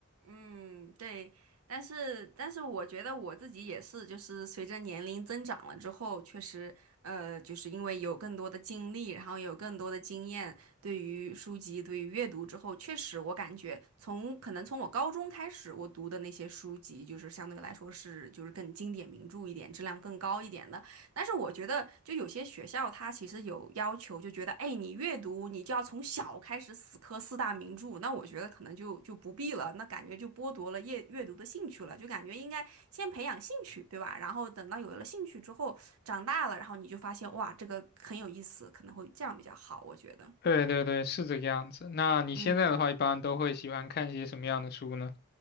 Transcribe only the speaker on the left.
对对对，是这个样子。那你现在的话，
一般都会喜欢看一些什么样的书呢？